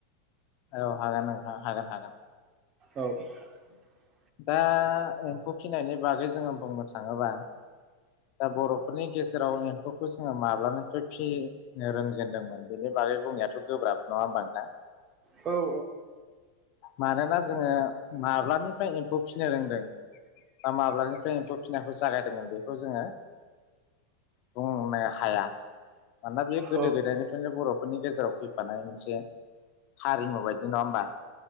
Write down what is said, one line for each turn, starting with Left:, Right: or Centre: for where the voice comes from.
Left: औ हागोन नोंथां हागोन हागोन।
Right: औ
Left: दा एम्फौ फिसिनायनि बागै जोंङो बुंनो थाङोबा दा बर'फोरनि गेजेराव एम्फौखौ जोंङो माब्लानिफ्राय फिनो रोंजेनदोंमोन बेनि बागै बुंनायाथ' गोब्राब नङा होनबा नोंथां
Right: औ नोंथां
Left: मानोना जोंङो माब्लानिफ्राय एम्फौ फिसिनो रोंदों बा माब्लानिफ्राय एम्फौ फिसिनायखौ जागायदोंमोन बे खौ जोंङो बुंनो हाया मानोना बे गोदो-गोदायनिफ्रायनो
Right: औ
Left: बर' फोरनि गेजेराव फैफानाय मोनसे हारिमु बायदि नङा होमबा